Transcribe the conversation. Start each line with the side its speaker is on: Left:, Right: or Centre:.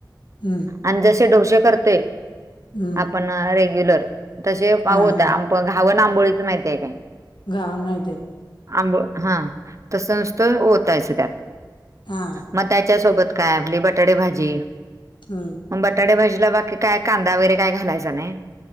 Left: हम्म.
Right: आणि जसे डोसे करतोय
Left: हम्म
Right: आपण रेग्युलर तसे पावत
Left: हा हा
Right: घावण आंबोळीचं माहिती आहे काय
Left: घावन माहिती आहे की
Right: आंबोळ हा तसं नुसतं ओतायचं त्यात
Left: हा
Right: मग त्याच्या सोबत काय आपली बटाटे भाजी
Left: हम्म
Right: मग बटाटे भाजीला बाकी काय कांदा वगैरे काय घालायचा नाही